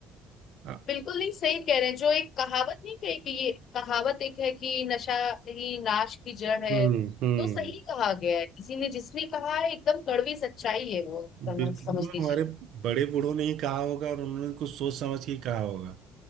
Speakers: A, on the right (about 65°); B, on the left (about 55°).
A: अ-
B: बिल्कुल नहीं सही कह रहे हैं जो एक कहावत नहीं कही कि ये कहावत एक है कि नशा ही नाश की जड़ है
A: हम्म हम्म
B: तो सही कहा गया है किसी ने जिसने कहा है एकदम कड़वी सच्चाई है वो समझ
A: बिल्कुल
B: समझ लीजिए
A: हमारे बड़े बूढ़ों ने ही कहा होगा और उन्होंने कुछ सोच समझ के ही कहा होगा